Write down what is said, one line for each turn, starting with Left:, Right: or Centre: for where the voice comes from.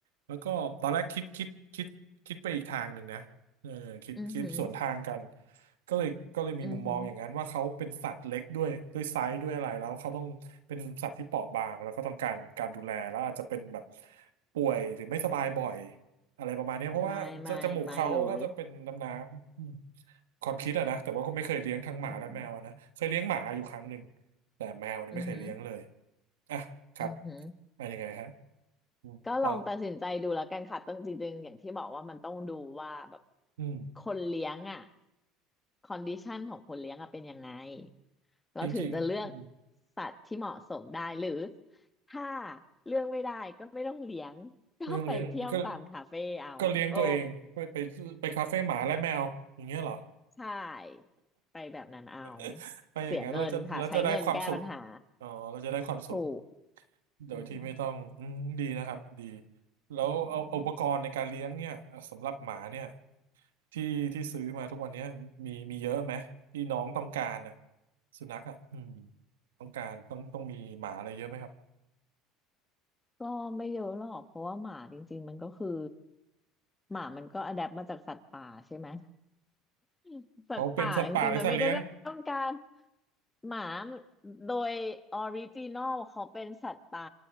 Right: แล้วก็ตอนแรกคิดคิดคิดคิดไปอีกทางหนึ่งนะเออคิดคิดสวนทางกัน
Left: อือหือ
Right: ก็เลยก็เลยมีมุมมองอย่างนั้นว่าเขาเป็นสัตว์เล็กด้วยด้วยไซส์ด้วยอะไรแล้วเขาต้องเป็นสัตว์ที่เปราะบางแล้วก็ต้องการการดูแลแล้วอาจจะเป็นแบบ
Left: อือหือ
Right: ป่วยหรือไม่สบายบ่อยอะไรประมาณเนี้ยเพราะว่าจจมูกเขาก็จะเป็นน้ำน้ำอืม
Left: ไม่ไม่ไม่เลย
Right: ความคิดอะนะแต่ว่าก็ไม่เคยเลี้ยงทั้งหมาและแมวอะนะเคยเลี้ยงหมาอยู่ครั้งหนึ่ง
Left: อืม
Right: แต่แมวเนี่ยไม่เคยเลี้ยงเลย
Left: อือหือ
Right: อ่ะครับ
Left: อือหือ
Right: อะยังไงฮะอืมต่อ
Left: ก็ลองตัดสินใจดูแล้วกันค่ะต้องจริงๆอย่างที่บอกว่ามันต้องดูว่าแบบ
Right: อืม
Left: คนเลี้ยงอ่ะคอนดิชันของคนเลี้ยงอ่ะเป็นยังไงเราถึงจะเลือก
Right: จริงๆอืม
Left: สัตว์ที่เหมาะสมได้หรือถ้าเลือกไม่ได้ก็ไม่ต้องเลี้ยง <laughs> ก็ไปเที่ยวตามคาเฟ่เอาโอ้
Right: เรื่องเลี้ยงก็ ก็เลี้ยงตัวเองไปไปไปคาเฟ่หมาและแมวอย่างเงี้ยเหรอ
Left: ใช่ไปแบบนั้นเอา
Right: <laughs> ไปอย่างนั้นเราจะเราจะได้ความสุข
Left: เสียเงินค่ะใช้เงินแก้ปัญหา
Right: อ๋อเราจะได้ความสุข
Left: ถูก
Right: โดยที่ไม่ต้องอืมดีนะครับดี
Left: อืม
Right: แล้วเอาอุปกรณ์ในการเลี้ยงเนี่ยสำหรับหมาเนี่ย
Left: อืม
Right: ที่ที่ซื้อมาทุกวันเนี้ยมีมีเยอะไหมที่น้องต้องการนะสุนัขอ่ะอืมต้องการต้องต้องมีหมาอะไรเยอะไหมครับ
Left: ก็ไม่เยอะหรอกเพราะว่าหมาจริงๆมันก็คือหมามันก็อะแดปมาจากสัตว์ป่าใช่ไหม <laughs> สัตว์ป่าจริงๆมันไม่ได้ต้องการ
Right: เขาเป็นสัตว์ป่าหรือสัตว์เลี้ยง
Left: หมาโดยออริจินอลเขาเป็นสัตว์ป่า